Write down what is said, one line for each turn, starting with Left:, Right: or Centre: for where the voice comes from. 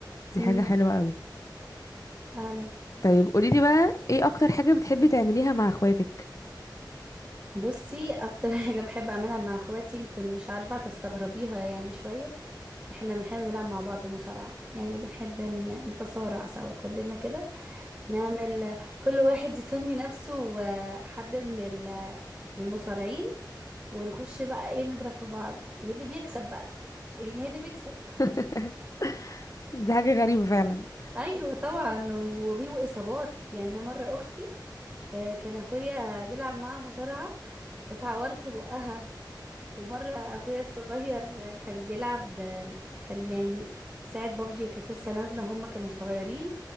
Left: دي
Right: امم
Left: حاجة حلوة قوي
Right: فعلا
Left: طيب قوليلي بقى ايه اكتر حاجة بتحبي تعمليها مع اخواتك
Right: بصي اكتر <laughs> حاجة بحب اعملها مع اخواتي يمكن مش عارفة هتستغربيها يعني شوية احنا بنحب نلعب مع بعض مصارعة يعني بنحب ن- نتصارع سوا كلنا كده نعمل كل واحد يسمي نفسه آه، حد من ال من المصارعين ونخش بقى ايه نضرب في بعض واللي بيكسب بقى يعني هي اللي بيكسب
Left: <laughs> دي حاجة غريبة فعلا
Right: ايوه طبعا وفي اصابات يعني انا مرة اختي آه، كان اخويا بيلعب معاها مصارعة اتعورت في بقها ومرة اخويا الصغير كان بيلعب كان يعني ساعة بابجي كانت لسه نازلة هما كانوا صغيرين